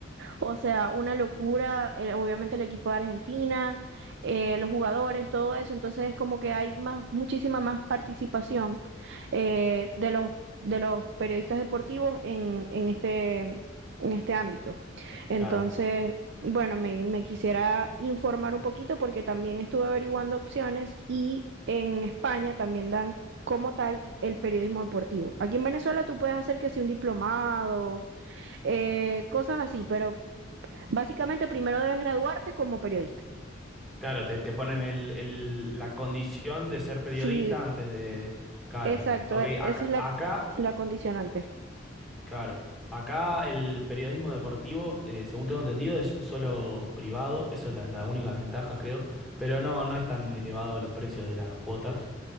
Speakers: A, on the right; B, in the centre.
A: o sea, una locura, eh, obviamente el equipo de Argentina, eh, los jugadores, todo eso. Entonces es como que hay más, muchísima más participación eh, de los, de los periodistas deportivos en, en este, en este ámbito. Entonces,
B: Claro.
A: bueno, me, me quisiera informar un poquito porque también estuve averiguando opciones y en España también dan como tal el periodismo deportivo. Aquí en Venezuela tú puedes hacer que si un diplomado eh, cosas así, pero Básicamente, primero debes graduarte como periodista.
B: Claro, te, te ponen el, el- la condición de ser
A: Sí,
B: periodista antes de. Claro.
A: exacto,
B: Ok,
A: e-
B: acá,
A: esa es la,
B: acá,
A: la condicionante.
B: claro. Acá el periodismo deportivo, eh, según tengo entendido, es solo privado. Eso es la, la única desventaja, creo. Pero no, no es tan elevado los precios de las cuotas.